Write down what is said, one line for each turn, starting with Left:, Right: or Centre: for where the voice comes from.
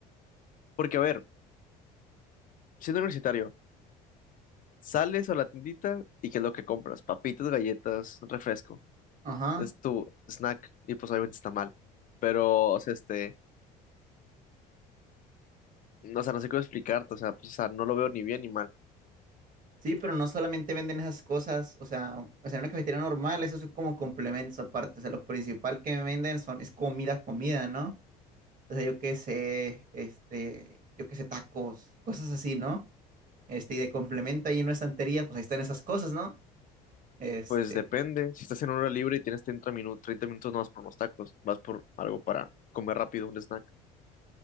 Left: porque a ver, siendo universitario, sales a la tiendita y ¿qué es lo que compras? Papitas, galletas, refresco.
Right: Ajá.
Left: Es tu snack y pues obviamente está mal. Pero, o sea, este... no, o sea, no sé cómo explicarte, o sea, pues, o sea, no lo veo ni bien ni mal.
Right: Sí, pero no solamente venden esas cosas, o sea, o sea, en una cafetería normal, eso es como complementos aparte, o sea, lo principal que venden son, es comida, comida, ¿no? O sea, yo qué sé, este, yo qué sé, tacos, cosas así, ¿no? Este, y de complemento ahí en una estantería, pues ahí están esas cosas, ¿no? Este,
Left: Pues depende, si estás en hora libre y tienes 30 minutos, 30 minutos no vas por unos tacos, vas por algo para comer rápido, un snack.